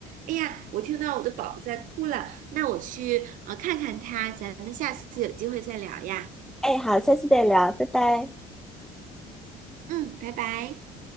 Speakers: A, on the right; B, in the centre.
A: 哎呀，我听到我的宝宝在哭了，那我去呃看看他，咱们下次有机会再聊呀。
B: 哎，好，下次再聊，拜拜。
A: 嗯，拜拜。